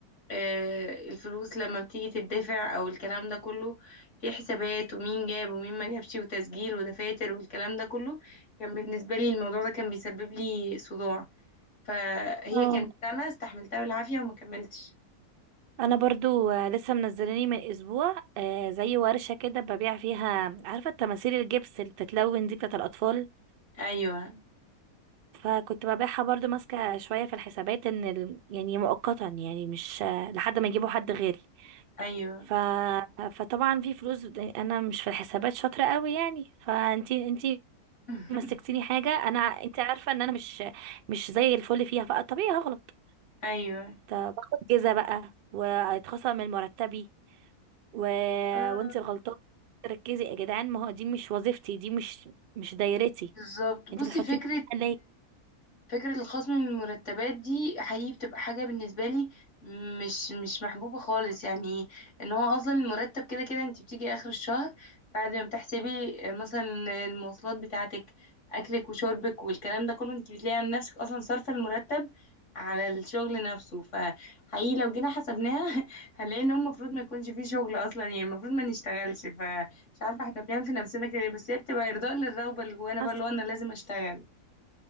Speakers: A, on the left; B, on the right.
A: آه، الفلوس لما بتيجي تدفع او الكلام ده كله في حسابات ومين جاب ومين ما جابش وتسجيل ودفاتر والكلام ده كله كان بالنسبة لي الموضوع ده كان بيسبب لي صداع فهي
B: اه
A: كانت سنة استحملتها بالعافية وما كملتش
B: انا برضو آه، لسه منزلاني من اسبوع آه، زي ورشة كده ببيع فيها عارفة التماثيل الجبس اللي بتتلون دي بتاعة الاطفال
A: ايوه
B: فكنت ببيعها برضو ماسكة شوية في الحسابات ان ال... يعني مؤقتا يعني مش آه، لحد ما يجيبوا حد غيري
A: ايوه
B: ف... فطبعا في فلوس انا مش في الحسابات شاطرة قوي يعني فانتي انتي
A: <laughs>
B: مسكتيني حاجه انا انت عارفه ان انا مش مش زي الفل فيها فطبيعي هغلط
A: ايوه
B: طب باخد جزا بقى وهيتخصم من مرتبي و...
A: آه،
B: وانت غلطانه تركزي يا جدعان ما هو دي مش وظيفتي دي مش مش دايرتي
A: بالظبط بصي
B: انت بتحطيني
A: فكرة
B: فيها ليه
A: فكرة الخصم من المرتبات دي حقيقي بتبقى حاجة بالنسبة لي مش مش محبوبة خالص يعني ان هو اصلا المرتب كده كده انت بتيجي اخر الشهر بعد ما بتحسبي مثلا المواصلات بتاعتك اكلك وشربك والكلام ده كله انت بتلاقي عن نفسك اصلا صارفة المرتب على الشغل نفسه فحقيقي لو جينا حسبناها <laughs> هنلاقي ان هو المفروض ما يكونش فيه شغل اصلا يعني المفروض ما نشتغلش فمش عارفة احنا بنعمل في نفسنا كده إيه، بس هي بتبقى ارضاء للرغبة اللي جوانا بقى
B: حصل
A: اللي هو انا لازم اشتغل